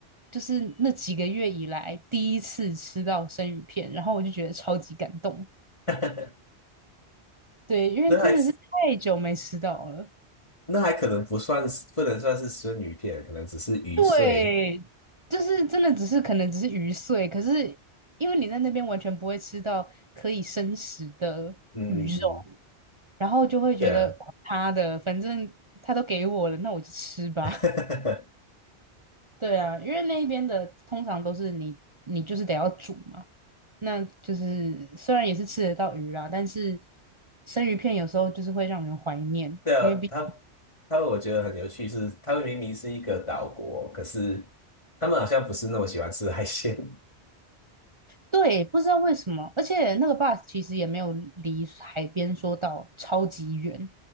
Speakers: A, on the right (about 30°); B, on the left (about 25°).
A: 就是那几个月以来第一次吃到生鱼片，然后我就觉得超级感动。
B: <laughs>
A: 对，因为真的是太久没吃到了。
B: 那还那还可能不算是，不能算是生鱼片，可能只是鱼碎。
A: 对，就是真的只是可能只是鱼碎，可是因为你在那边完全不会吃到可以生食的鱼肉，
B: 嗯嗯，
A: 然后就会觉得管他的，
B: 对啊，
A: 反正他都给我了，那我就吃吧。
B: <laughs>
A: 对啊，因为那一边的通常都是你，你就是得要煮嘛。那就是虽然也是吃得到鱼啦，但是生鱼片有时候就是会让人怀念，
B: 对啊，
A: 因为毕
B: 他他们我觉得很有趣是，他们明明是一个岛国，可是他们好像不是那么喜欢吃海鲜。<laughs>
A: 对不知道为什么，而且那个 bus 其实也没有离海边说到超级远，